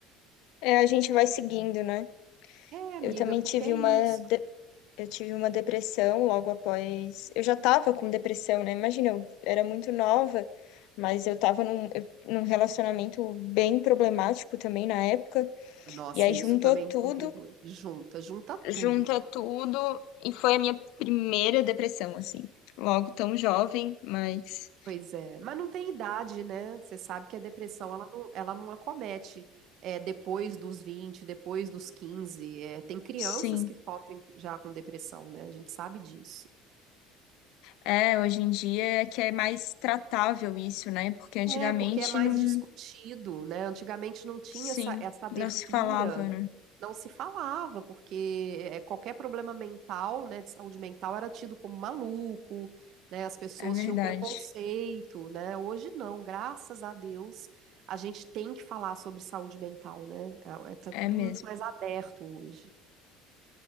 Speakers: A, on the left (about 65°); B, on the right (about 50°).
A: É, a gente vai seguindo, né?
B: É, amiga,
A: Eu também
B: porque
A: tive
B: é isso.
A: uma, de- eu tive uma depressão logo após. Eu já estava com depressão, né? Imagina, eu era muito nova, mas eu estava num, eu- num relacionamento bem problemático também na época.
B: Nossa,
A: E aí juntou
B: isso também
A: tudo,
B: contribui. Junta, junta tudo.
A: junta tudo, e foi a minha primeira depressão, assim. Logo tão jovem, mas
B: Pois é, mas não tem idade, né? Você sabe que a depressão, ela não, ela não acomete é, depois dos 20, depois dos 15. É, tem crianças
A: sim.
B: que sofrem já com depressão, né? A gente sabe disso.
A: É, hoje em dia é que é mais tratável isso, né? Porque antigamente
B: É, porque é mais
A: não,
B: discutido, né? Antigamente não tinha
A: sim,
B: essa, essa abertura
A: não se falava, né?
B: não se falava, porque é, qualquer problema mental, né, de saúde mental era tido como maluco, né, as pessoas
A: É verdade.
B: tinham preconceito, né? Hoje não, graças a Deus, a gente tem que falar sobre saúde mental, né? Ah, é- Tá
A: É
B: tudo
A: mesmo.
B: muito mais aberto hoje.